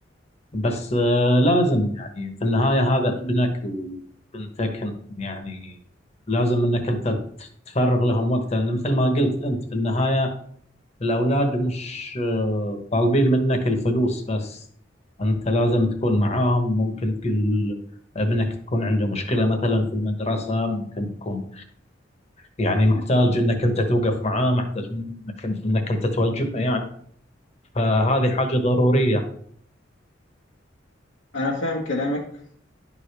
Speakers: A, on the left (about 35°); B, on the left (about 85°).
A: بس آه، لازم يعني في النهايه هذا ابنك وبنتك انت يعني لازم انك انت تف- تفرغ لهم وقت لان مثل ما قلت انت في النهايه الاولاد مش آه، طالبين منك الفلوس بس انت لازم تكون معاهم ممكن تقول ابنك تكون عنده مشكله مثلا في المدرسه ممكن يكون يعني محتاج انك انت توقف معاه محتاج انك انك انت توجهه يعني فهذه حاجة ضرورية
B: انا فاهم كلامك